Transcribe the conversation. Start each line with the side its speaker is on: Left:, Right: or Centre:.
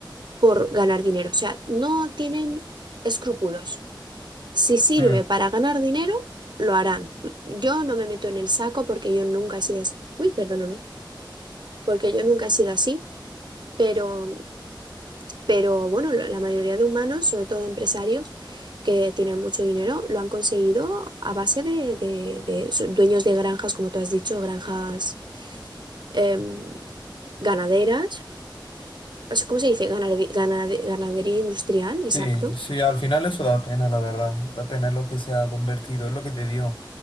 Right: por ganar dinero. O sea, no tienen escrúpulos. Si sirve
Left: Mm.
Right: para ganar dinero, lo harán. Yo no me meto en el saco porque yo nunca he sido así. Uy, perdóname, porque yo nunca he sido así, pero Pero bueno, lo- la mayoría de humanos, sobre todo empresarios que tienen mucho dinero, lo han conseguido a base de, de- de su- dueños de granjas, como tú has dicho, granjas em, ganaderas. O sea, ¿Cómo se dice? Ganade- ganade- ganadería industrial, exacto.
Left: Sí, sí, al final eso da pena, la verdad. Da pena lo que se ha convertido, es lo que te digo.